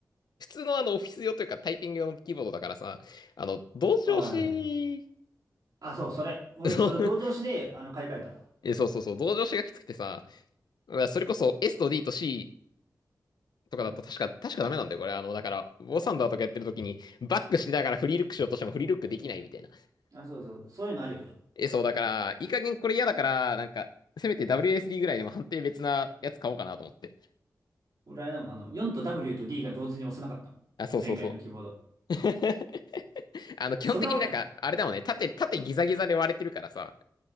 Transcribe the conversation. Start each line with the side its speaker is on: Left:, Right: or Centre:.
Left: 普通のあのオフィス用というかタイピング用のキーボードだからさ、あの、同調子、
Right: あ、はいはいはい。
Left: <laughs>
Right: あ、そう、それ。俺、
Left: そう
Right: それ同調子で、あの、買い替えた。
Left: そうそうそう、同調子がきつくてさ、それこそ S と D と C とかだと確か、
Right: うん。
Left: 確かダメなんだよ、これ。あの、だから、ボサンダーとかやってる時に、バックしながらフリールックしようとしてもフリールックできないみたいな。
Right: あ、そうそう。そういうのあるよね。
Left: <laughs> え、そう、だから、いい加減これ嫌だから、なんか、せめて WSD ぐらいでも判定別なやつ買おうかなと思って。
Right: 俺、あれだもん、あの、4と W と D が同時に押せなかったの。
Left: あ、そうそうそ
Right: 前回のキーボード。
Left: う。<laughs> あの、基本的になんか、
Right: そんなことある
Left: あれだもんね、縦、縦ギザギザで割れてるからさ、